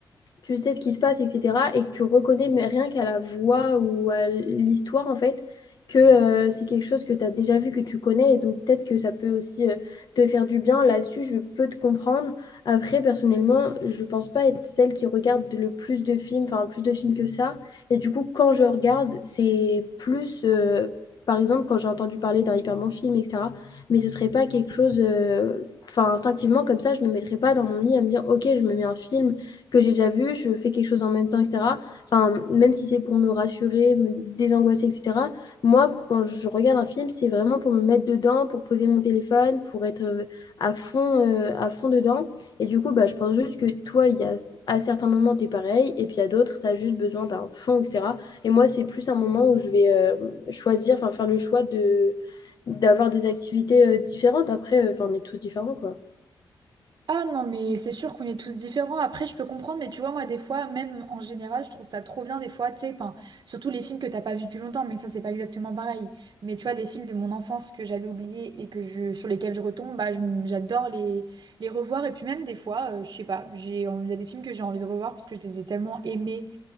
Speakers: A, on the left (about 50°); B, on the right (about 55°).
A: tu sais ce qui se passe, etc. Et que tu reconnais, mais rien qu'à la voix ou à l'histoire, en fait, que euh, c'est quelque chose que tu as déjà vu, que tu connais. Et donc, peut-être que ça peut aussi euh, te faire du bien. Là-dessus, je peux te comprendre. Après, personnellement, je pense pas être celle qui regarde le plus de films, enfin, plus de films que ça. Et du coup, quand je regarde, c'est plus. euh, Par exemple, quand j'ai entendu parler d'un hyper bon film, etc. Mais ce serait pas quelque chose, euh, enfin, instinctivement, comme ça, je me mettrais pas dans mon lit à me dire, OK, je me mets un film que j'ai déjà vu, je fais quelque chose en même temps, etc. Enfin, même si c'est pour me rassurer, me désangoisser, etc. Moi, quand je regarde un film, c'est vraiment pour me mettre dedans, pour poser mon téléphone, pour être euh, à fond, euh, à fond dedans. Et du coup, bah, je pense juste que toi, il y a, à certains moments, tu es pareil, et puis à d'autres, tu as juste besoin d'un fond, etc. Et moi, c'est plus un moment où je vais euh, choisir, enfin, faire le choix de d'avoir des activités euh, différentes. Après, euh, enfin, on est tous différents, quoi.
B: Ah non, mais c'est sûr qu'on est tous différents. Après, je peux comprendre, mais tu vois, moi, des fois, même en général, je trouve ça trop bien, des fois, tu sais, enfin, surtout les films que t'as pas vus depuis longtemps, mais ça, c'est pas exactement pareil. Mais tu vois, des films de mon enfance que j'avais oubliés et que je, sur lesquels je retombe, bah, je- j'adore les, les revoir. Et puis même, des fois, euh, je sais pas, j'ai, il y a des films que j'ai envie de revoir parce que je les ai tellement aimés